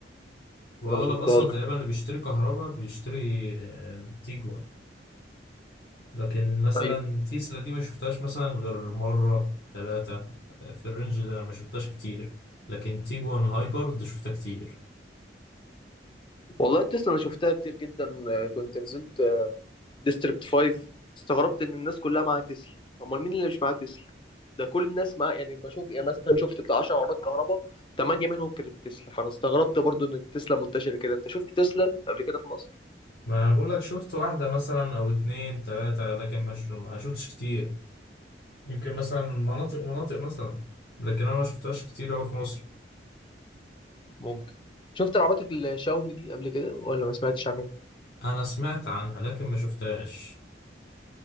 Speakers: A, on the left; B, on the left.
A: وأغلب
B: انا ما شفتهاش
A: أصلا تقريبا اللي بيشتري كهرباء بيشتري آه، تيجوان لكن مثلا
B: طيب
A: تيسلا دي ما شفتهاش مثلا غير مرة ثلاثة في الرينج ده ما شفتهاش كتير لكن تيجوان الهايبر دي شفتها كتير
B: والله تسلا انا شفتها كتير جدا آه، كنت نزلت آه، ديستريكت 5 استغربت ان الناس كلها معاها تسلا امال مين اللي مش معاه تسلا ده كل الناس معاه يعني بشوف يعني مثلا شفت بتاع 10 عربيات كهرباء 8 منهم كانت تسلا فانا استغربت برضو ان التسلا منتشره كده انت شفت تسلا قبل كده في مصر
A: ما بقول لك شفت واحدة مثلا أو اتنين تلاتة لكن مش ما شفتش كتير يمكن مثلا مناطق ومناطق مثلا لكن أنا ما شفتهاش كتير أوي في مصر
B: ممكن شفت العربيات الشاومي دي قبل كده ولا ما سمعتش عنها
A: أنا سمعت عنها لكن ما شفتهاش